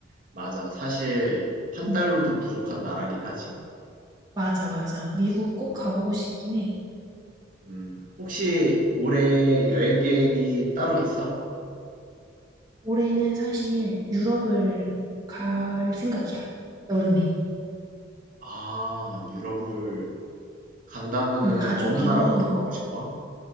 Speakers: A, on the right (about 45°); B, on the right (about 20°).
A: 맞아. 사실 한
B: 응,
A: 달로도 부족한 나라긴 하지.
B: 맞아, 맞아. 미국 꼭 가보고 싶긴 해.
A: 음, 혹시 올해 여행 계획이 따로 있어?
B: 올해는 사실 유럽을 갈 생각이야. 여름에.
A: 아, 유럽을 간다면은
B: 음, 가족이,
A: 어느 나라부터 가고 싶어?